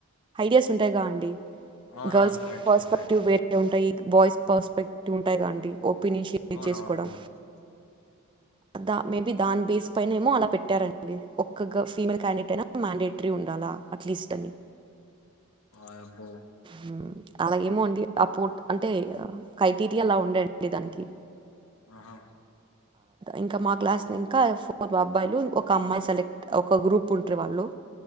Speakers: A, on the right; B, on the left.
A: ఐడియాస్ ఉంటాయి గ అండి
B: అవునవును
A: గర్ల్స్
B: కరెక్టే
A: పర్స్పెక్టివ్
B: అండి కరెక్టే
A: వేరే ఉంటాయి బాయ్స్ పర్స్పెక్టివ్ ఉంటాయి కండి ఒపీనియన్ షేర్
B: అవునవునవును
A: చేసుకోవడం
B: <inaudible>
A: ద మేబీ దాని బేస్ పైన ఏమో అలా పెట్టారండి ఒక్కగా ఫీమేల్ క్యాండిడేట్ అయినా మ్యాండేటరీ ఉండాలా అట్లీస్ట్ అని
B: హాయ్ అబ్బో
A: హ్మ్. అలా ఏమో అండి ఆపోట్ అంటే క్రైటీరియా అలా ఉండే అండి దానికి
B: ఆహా
A: ఇంకా మా క్లాస్ ని ఇంకా ఫోర్ అబ్బాయిలు ఒక అమ్మాయి సెలెక్ట్ ఒక గ్రూప్ ఉంటారు వాళ్ళు